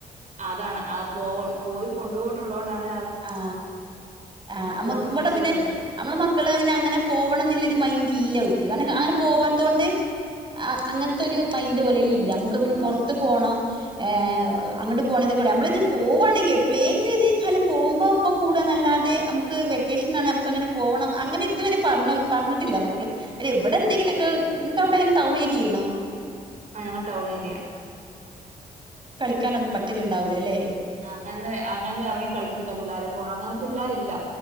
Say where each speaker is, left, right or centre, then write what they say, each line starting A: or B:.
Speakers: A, on the right; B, on the right.
A: അതാണ് പോയ പോയികൊണ്ടുപോയിട്ടുള്ള കൊണ്ടാണ്
B: ആ ആ നമ്മക്
A: എന്നുള്ള
B: ഇവിടെ
A: ശീലം
B: പിന്നെ
A: വരുന്നത്
B: നമ്മടെ മക്കള് പിന്നെ പോവണമെന്നുള്ള മൈന്റ് ഇല്ല ഓല്ക്ക് കാരണം അങ്ങനെ പോവാത്തണ്ട് ആ അങ്ങനത്തൊരു മൈന്റ് പോലും ഇല്ല നമ്മുക്ക് പിന്നെ പുറത്തു പോണം ഏ അങ്ങോട്ട് പോണേ കൂടി നമ്മള് പോവാണങ്കി എപ്പളേലും ഏതങ്കിലും കാലം പോവുമ്പം ഒപ്പം കൂടുവന്നല്ലാതെ നമ്മുക്ക് വൈക്കേഷനാണ് നമ്മുക്കങ്ങനെ പോവണം അങ്ങനെ ഇതുവരെ പറഞ് പറഞ്ഞിട്ടില്ല മക്കള്. പിന്നെ ഇവിടെന്തങ്കിലും ഒക്കെ നിങ്ങൾക്ക് അവിടെങ്ങനെ ടൗൺ ഏരിയാണോ?
A: ആ ഞങ്ങള് ടൗണേരിയാ.
B: ക്കാനൊന്നു പറ്റലുണ്ടാവില്ലല്ലേ?
A: അങ്ങനൊന്നു അങ്ങനൊന്നു ഇറങ്ങി കളി ത്തില്ല പിള്ളാരെ കൊണ്ട് അങ്ങനെ പിള്ളാരില്ല.